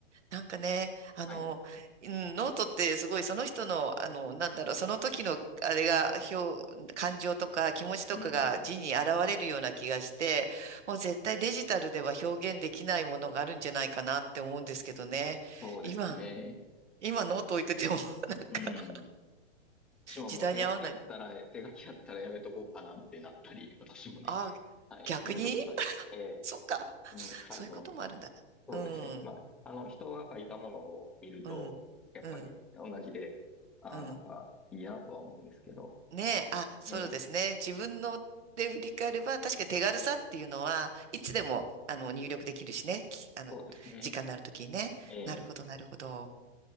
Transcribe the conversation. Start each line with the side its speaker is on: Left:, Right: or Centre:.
Right: なんかね、あの、
Centre: はい。
Right: うん、ノートってすごいその人の、あの、なんだろう、その時のあれが、表、感情とか気持ちとかが字に現れるような気がして、
Centre: うん。
Right: もう絶対デジタルでは表現できないものがあるんじゃないかなって思うんですけどね。
Centre: そうですね。
Right: 今、今ノート置いてても <laughs> なんか
Centre: うん。私ももう手書きやったら、
Right: 時代に合わない。
Centre: 手書きやったらやめとこうかなってなったり、私もね
Right: ああ、
Centre: はい。
Right: 逆に
Centre: めんどくさい。ええ、
Right: そっか。
Centre: めんどくさいと思っちゃいます。
Right: そういうこともあるんだな。
Centre: そうですね。
Right: うん、
Centre: まあ、あの、人が書いたものを見ると、
Right: うん、
Centre: やっぱり同じで、
Right: うん、
Centre: ああ、
Right: うん。
Centre: なんかいいなとは思うんですけど、
Right: ねえ、あ、そうですね。
Centre: ええ、
Right: 自分ので振り返れば、確かに手軽さっていうのは、いつでも、あの、入力できるしね。きあの、
Centre: そうですね。
Right: 時間のあるときにね。
Centre: ええ、
Right: なるほど、なるほど。